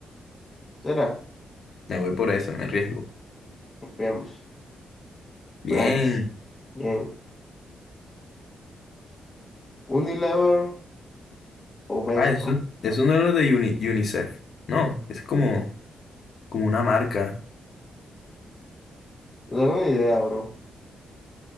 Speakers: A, on the left; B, on the left.
A: ¿Será?
B: Me voy por esa, me arriesgo.
A: Confiamos.
B: Bien.
A: Nice. Bien. Unilever o Vespa.
B: Ah, eso, eso no es lo de Uni- UNICEF. No, es como, como una marca.
A: No tengo ni idea, bro.